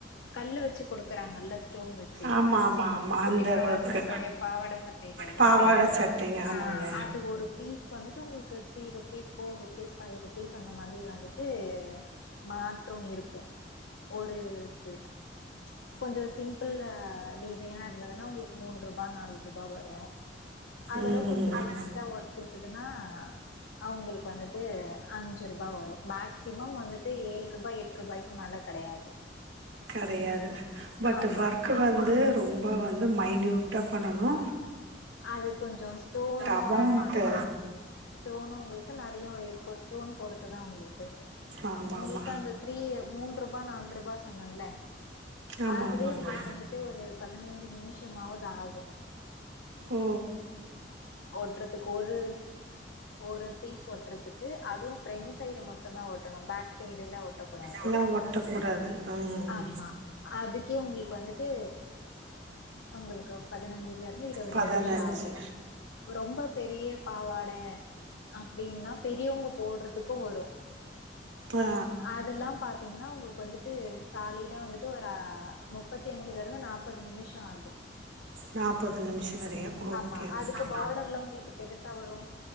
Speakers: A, on the left (about 80°); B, on the right (about 80°).
A: கல்லு வேச்சு குடுக்கறாங்கல்ல ஸ்டோன் வெச்சு
B: ஆமாம் ஆமாம் ஆமாம்
A: குட்டி
B: அந்த
A: பசங்களுடைய
B: ஒர்க்கு
A: பாவாட சட்டைையில எல்லா
B: பாவாடை சட்டைங்க ஆமாங்க
A: அஹ் அது ஒரு பீஸ் வந்துட்டு உங்களுக்கு three rupees four rupees five rupees அந்த மாரி வந்துட்டு மாற்றோ இருக்கு ஒரு இ இருக்கு இதுல ப்ச் கொஞ்சோ சிம்பிள் டி சைனா இருந்ததுனா உங்களுக்கு மூண ரூபா நாலு ரூபா வரு அதோட
B: ம்
A: கொஞ்சோ
B: ம், ம்.
A: லைட்டா ஒர்க் இருக்குதுன்னா ஆ அவுங்களுக்கு வந்துட்டு அஞ்சு ரூபா வரு மேக்சிமம் வந்துட்டு ஏழு ரூபா எட்டு ரூபாய்க்கு மேல கெடையாது
B: கெடையாது பட்
A: ஆமா
B: ஒர்க் வந்து ரொம்போ வந்து மைனூட்டா பண்ணணு
A: அது கொஞ்சோ ஸ்டோனு
B: அமௌண்ட்டு
A: ஆமா ஸ்டோனு உங்களுக்கு நெறயா இருக்கு ஸ்டோன் போறதுதா உங்களுக்கு
B: ஆமாம்
A: உங்களுக்கு
B: ஆமாம்
A: அந்த த்ரீ மூன்று ரூபா நாலு ரூபா சொன்னன்ல
B: ஆமாம்
A: அதுவே
B: ஆமாங்க
A: உங்களுக்கு வந்துட்டு ஒரு பதினஞ்சு நிமிஷமாவது ஆகு
B: ஓ
A: ஓட்டுறதுக்கு ஒரு ஒரு பீஸ் ஒட்டுறதுக்கு ஒரு அதுவும் ஃபிரண்ட் சைடு மட்டும் தான் ஒட்டணும் பேக் சைடுல ஒட்டக்கூடாது
B: எல்லாம் ஒட்டக்கூடாது ம்
A: ஆமா அதுக்கே உங்களுக்கு வந்துட்டு உங்களுக்கு பதினஞ்சுல இருந்து இருபது
B: பதினஞ்சு
A: நிமிஷம் ஆகும் ரொம்ப பெரிய பாவாடை அப்படின்னா பெரியவங்க போடுறதுக்கும் வரும்
B: ஆ
A: அதெல்லாம் பாத்தீங்கன்னா உங்களுக்கு வந்துட்டு சாலிடா வந்துட்டு ஒரு முப்பத்தி அஞ்சுல இருந்து நாற்பது நிமிஷம் ஆகும்
B: நாற்பது நிமிஷம் வரையும் ஓகே
A: ஆமா அதுக்கு
B: ஓகே
A: பார்டர்ல உங்களுக்கு பெருசா வரு